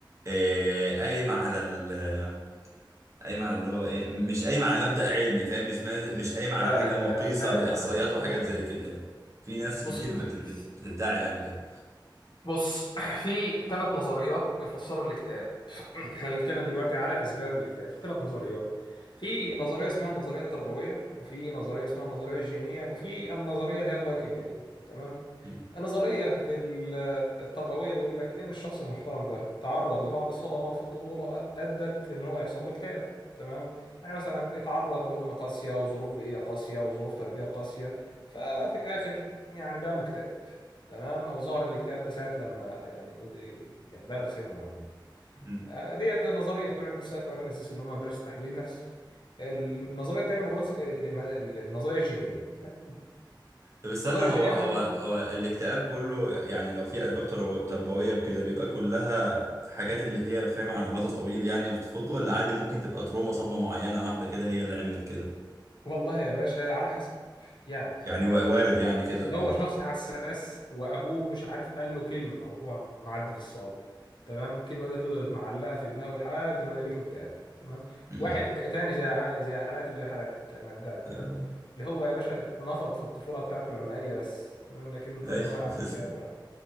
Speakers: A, on the right; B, on the left.
A: آه، قايم على ال قايم على اللي هو ايه م- مش قايم على مبدأ علمي فاهم مش ماد- مش قايم على
B: لا
A: حاجة
B: لا
A: مقيسة
B: لا لا
A: بإحصائيات
B: يا عم
A: وحاجات
B: لا يا
A: زي
B: عم
A: كده يعني في ناس كتير
B: بص يا
A: بت...
B: سيدي
A: بت... بتدعي يعني كده
B: بص <clears throat> في ثلاث نظريات بيفسروا الاكتئاب <clears throat> احنا بنتكلم دلوقتي على اسباب الاكتئاب ثلاث نظريات في نظريه اسمها النظريه التربويه وفي نظريه اسمها النظريه الجينيه وفي النظريه اللي هي البيوكيميائيه تمام
A: مم.
B: النظريه ال- التربويه بيقول لك ان الشخص المحترم ده تعرض لبعض الصدمات في الطفوله أد- ادت ان هو يحصل له اكتئاب تمام يعني مثلا اتعرض لام قاسيه وظروف بيئيه قاسيه وظروف تربيه قاسيه ففي الاخر يعني بقى مكتئب تمام او ظهر الاكتئاب ده ساعه لما يعني يعني بلغ سن معين
A: مم.
B: آه، ديت نظريه بتوع السايكو اناليسيس اللي هم مدرسه التحليل النفسي النظريه الثانيه مدرسه المد- النظريه الجينيه <laughs>
A: طب استنى
B: النظريه
A: هو
B: الجينيه
A: هو
B: يا معلم
A: هو الاكتئاب كله يعني لو في أسباب ترو- تربوية وكده بيبقى كلها حاجات اللي هي فاهم على مدى طويل يعني في طفولته ولا عادي ممكن تبقى تروما صدمة معينة واحدة كده هي اللي عملت كده
B: والله يا باشا على حسب يعني
A: يعني و- وارد يعني كده وكده
B: هو شخص حساس وابوه مش عارف قال له كلمه وهو معدي في الصاله تمام الكلمه دي فضلت معلقه في دماغه لحد لما جابت له اكتئاب تمام
A: مم.
B: واحد تاني زي ح- زي حالاتي وزي حالاتك يعني ادعي كده
A: آه.
B: برضه اللي هو يا باشا اتنفض في الطفوله بتاعته لما قال يا بس تمام لكن طلع
A: أيوة. <laughs>
B: ولا عنده اكتئاب ولا